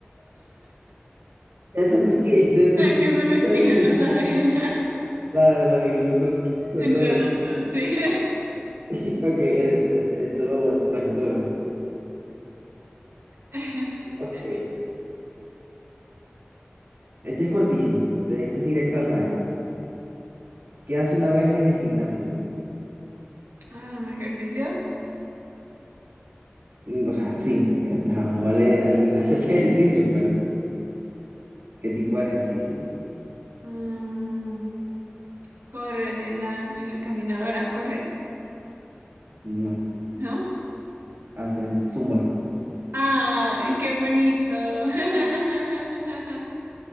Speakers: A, on the right; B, on the right.
A: <laughs> Entendí, entendí,
B: ¿Qué es una esquina?
A: entendí.
B: No saben.
A: <laughs>
B: <laughs>
A: Claro, los iglús son, son
B: En
A: redonditos,
B: redondo, sí.
A: <laughs> Ok, eh, eh, estuvo bueno, estuvo bueno.
B: <laughs>
A: Ok, este es cortísimo, este, este es directo al grano. ¿Qué hace una abeja en el gimnasio?
B: Um, ejercicio.
A: Mm, O sea, sí, porque ajá, no vale al gimnasio <laughs> hacer ejercicio, pero ¿qué tipo de ejercicio?
B: Mm, corren en la, en la caminadora, corren,
A: No,
B: ¿no?
A: hacen zumba.
B: Ay, qué bonito. <laughs>